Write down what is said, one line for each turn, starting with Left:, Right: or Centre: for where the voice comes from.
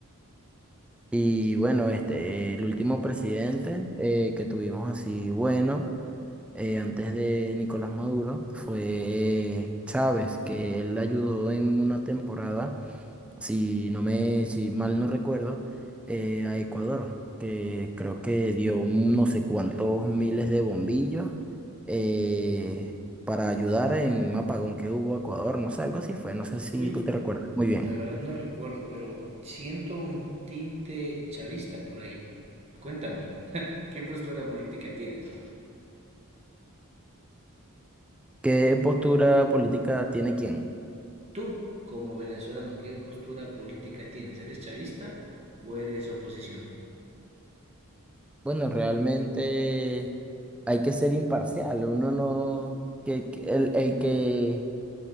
Centre: Y bueno, este, el último presidente eh, que tuvimos así, bueno, eh, antes de Nicolás Maduro, fue Chávez, que él ayudó en una temporada si no me, si mal no recuerdo, eh, a Ecuador, que creo que dio no sé cuántos miles de bombillos eh, para ayudar en un apagón que hubo a Ecuador, no sé, algo así fue, no sé si
Right: Uy,
Centre: tú te recuerdas muy bien.
Right: la verdad no recuerdo, pero siento un tinte chavista por ahí. Cuéntame, <laughs> ¿qué postura política tienes?
Centre: ¿Qué postura política tiene quién?
Right: Tú, como venezolano, ¿qué postura política tienes? ¿Eres chavista o eres oposición?
Centre: Bueno, realmente hay que ser imparcial, uno no, que, que el, el que,